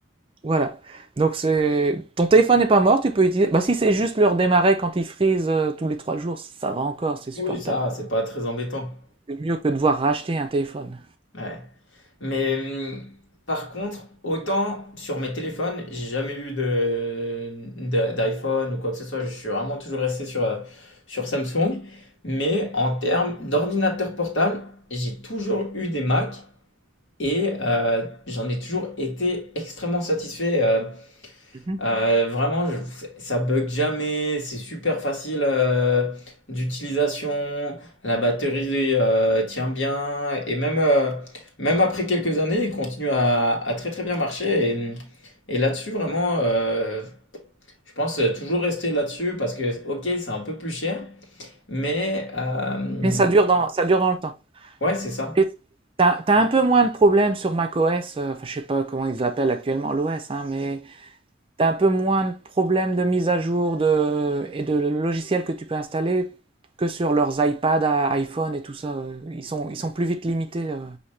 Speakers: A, on the right (about 30°); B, on the left (about 85°).
A: Voilà. Donc c'est, ton téléphone n'est pas mort, tu peux utiliser. Bah si c'est juste le redémarrer quand il freeze euh, tous les trois jours, ça va encore, c'est supportable.
B: Oui, ça, c'est pas très embêtant.
A: C'est mieux que de devoir racheter un téléphone.
B: Ouais. Mais hum, par contre, autant sur mes téléphones, j'ai jamais eu de, d'i- d'iPhone ou quoi que ce soit. Je suis vraiment toujours resté sur, euh, sur Samsung. Mais en termes d'ordinateur portable, j'ai toujours eu des Mac et euh, j'en ai toujours été extrêmement satisfait. euh,
A: Mmh
B: Heu, vraiment, je ça bug jamais, c'est super facile, heu, d'utilisation, la batterie, heu, tient bien et même, heu, même après quelques années, il continue à à très, très bien marcher et mmh et là-dessus vraiment, heu, je pense toujours rester là-dessus parce que OK, c'est un peu plus cher, mais hem,
A: Mais ça dure dans ça dure dans le temps
B: ouais, c'est ça.
A: et tu as un peu moins de problèmes sur macOS, heu, enfin je sais pas comment ils l'appellent actuellement l'OS, hein, mais Tu as un peu moins de problèmes de mise à jour de, et de logiciels que tu peux installer que sur leurs iPads, à iPhone et tout ça. euh, Ils sont, ils sont plus vite limités, euh,